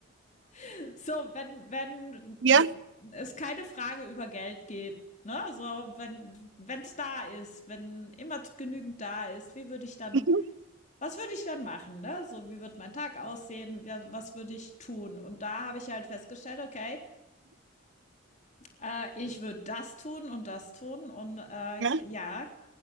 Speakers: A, on the left; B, on the right.
A: <laughs> so wenn wenn
B: ja.
A: es keine Frage über Geld gibt, ne? So wenn wenn es da ist, wenn immer genügend da ist, wie würde ich dann
B: <laughs>
A: Was würde ich dann machen, ne? So, wie wird mein Tag aussehen? Wa- Was würde ich tun? Und da habe ich halt festgestellt, okay, äh, ich würde das tun und das tun und äh,
B: ja.
A: ja,